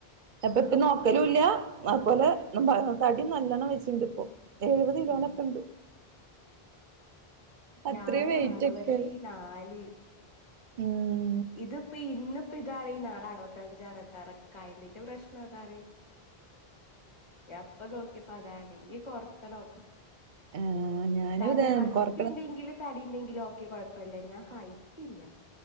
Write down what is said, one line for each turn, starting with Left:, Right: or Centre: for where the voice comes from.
Right: അപ്പ ഇപ്പ നോക്കലുംല്ല, അതുപോലെ തടി നല്ലോണ്ണം വെച്ചിണ്ട് ഇപ്പോ. എഴുപത് കിലോനൊക്കെ
Left: ആഹ്
Right: ഉണ്ട്. അത്രയും
Left: ഞാന്
Right: വെയിറ്റ്
Left: അറുപത്തി
Right: ഒക്കെ
Left: നാല്.
Right: ഉം..
Left: ഇതിപ്പ ഇന്നിപ്പോ ഇതാണ് ഈ നാളെ അറുപത്തഅഞ്ചു ആയാണ്ട് ഇന്റെ പ്രശ്നം അതാണ്. അപ്പൊ നോക്കിയപ്പ അതാണെങ്കി കൊറക്കണം.
Right: ആഹ് ഞാന്
Left: കാരണം
Right: ഇത
Left: ഹൈറ്റ്
Right: കൊറക്കണം
Left: ഇണ്ടെങ്കിൽ- തടി ഇണ്ടെങ്കിലും ഒക്കെ കൊഴപ്പല്ല ഞാൻ ഹൈറ്റ് ഇല്ല.